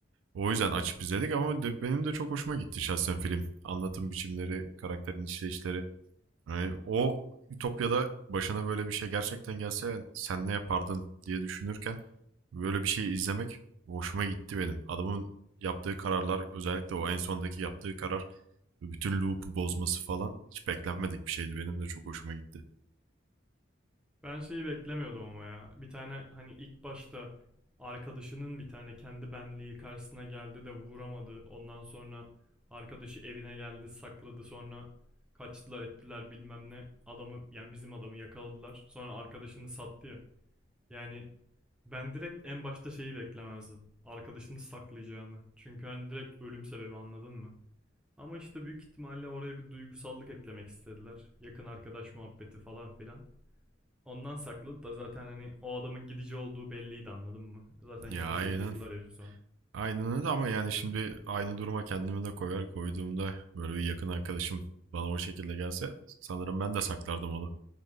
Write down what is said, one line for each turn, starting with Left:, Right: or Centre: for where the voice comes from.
Right: O yüzden açıp izledik ama de, benim de çok hoşuma gitti şahsen film. Anlatım biçimleri, karakterin işleyişleri. Yani o Ütopya'da başına böyle bir şey gerçekten gelse sen ne yapardın diye düşünürken böyle bir şey izlemek hoşuma gitti benim. Adamın yaptığı kararlar özellikle o en sondaki yaptığı karar ve bütün loop'u bozması falan hiç beklenmedik bir şeydi. Benim de çok hoşuma gitti.
Centre: Ben şeyi beklemiyordum ama ya. Bir tane hani ilk başta arkadaşının bir tane kendi benliği karşısına geldi de vuramadı. Ondan sonra arkadaşı evine geldi sakladı. Sonra kaçtılar ettiler bilmem ne. Adamı yani bizim adamı yakaladılar. Sonra arkadaşını sattı ya. Yani ben direkt en başta şeyi beklemezdim. Arkadaşını saklayacağını. Çünkü hani direkt ölüm sebebi anladın mı? Ama işte büyük ihtimalle oraya bir duygusallık eklemek istediler. Yakın arkadaş muhabbeti falan filan. Ondan sakladı da zaten hani o adamın gidici olduğu belliydi anladın mı? Zaten yakalayıp
Right: Ya aynen.
Centre: vurdular herifi sonra.
Right: Aynen öyle ama yani şimdi aynı duruma kendimi de koyar koyduğumda böyle bir yakın arkadaşım bana o şekilde gelse sanırım ben de saklardım onu.